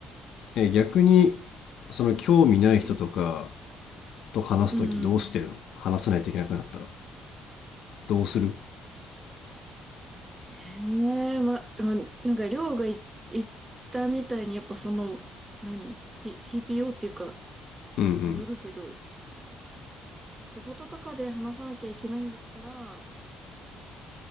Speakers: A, on the left; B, on the right.
A: え、逆に、その興味ない人とか、
B: うん。
A: と話すときどうしてるの話さないといけなくなったら。
B: うん。
A: どうする
B: へえ、ま、でもなんか、りょうがい言ったみたいに、やっぱその、何 ?T、TPO っていうか、
A: うんうん。
B: によるけど、仕事とかで話さなきゃいけないんだったら、